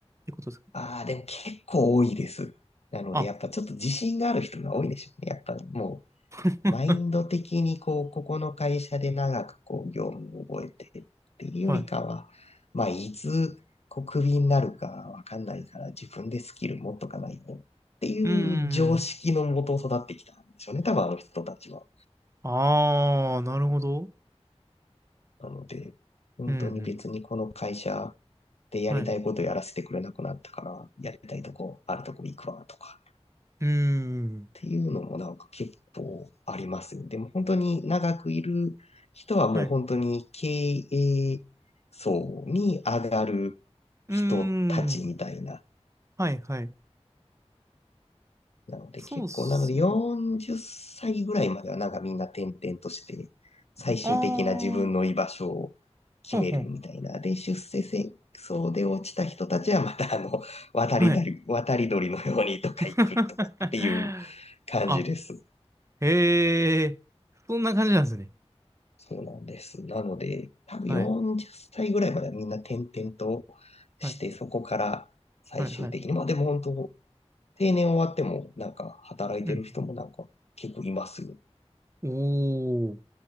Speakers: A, on the right (about 25°); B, on the left (about 70°).
A: てことですか
B: ああ、でも結構多いです。なので、
A: あ、
B: やっぱちょっと自信がある人が多いでしょうね。やっぱも
A: <laughs>
B: うマインド的にこう、ここの会社で長くこう、業務を覚えてっていうよりかは、
A: はい。
B: まあ、いつ、こう、クビになるかわかんないから、自分でスキル持っとかないとっていう常識のもと育ってきたんでしょうね、
A: うん。
B: 多分あの人たちは。
A: ああ、なるほど。
B: なので、本当に別にこの会社
A: うんうん。
B: でやりたいことやらせてくれなくなったから、
A: はい。
B: やりたいとこ、あるとこ行くわとか、
A: うーん。
B: ていうのもなんか結構ありますね。でも本当に長くいる人はもう本当に経営層に上がる
A: はい。うーん。
B: 人たちみたいな。
A: はいはい。
B: なので結構、
A: そうっすよね。
B: なので40歳ぐらいまではなんかみんな転々として最終的な自分の居場所を決めるみたいな。
A: ああ、ほうほ
B: で、出世戦争で落ちた人たちはまたあの、渡り鳥、
A: う。はい。
B: 渡り鳥のようにとか行くとかっていう
A: <laughs>
B: 感じです。
A: あ、へえ、そんな感じなんですね。
B: そうなんです。なので、多分40歳ぐらいまではみんな転々と
A: はい。
B: して、
A: はい。
B: そこから最終的に、
A: はい。はい。
B: まあでも本当、定年終わっても、なんか働いてる人もなんか結構いますよ。
A: うん。おー。